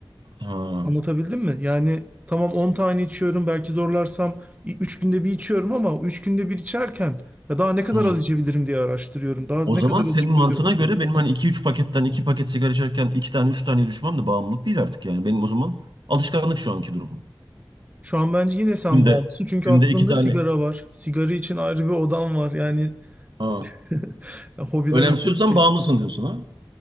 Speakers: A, on the right; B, on the right.
A: Ha.
B: Anlatabildim mi? Yani tamam 10 tane içiyorum belki zorlarsam 3 günde bir içiyorum ama 3 günde bir içerken ya daha ne kadar
A: Hı.
B: az içebilirim diye araştırıyorum. Daha
A: O
B: ne
A: zaman
B: kadar
A: senin
B: az içebilirim
A: mantığına
B: diye bakıyorum.
A: göre benim hani iki üç paketten iki paket sigara içerken iki tane üç tane düşmem de bağımlılık değil artık yani. Benim o zaman alışkanlık şu anki durumum.
B: Şu an bence yine sen
A: Günde
B: bağımlısın çünkü
A: günde
B: aklında
A: iki tane.
B: sigara var. Sigara için ayrı bir odan var. Yani
A: Ha.
B: <laughs> hobiden
A: Önemsiyorsan
B: öte bir şey.
A: bağımlısın diyorsun ha.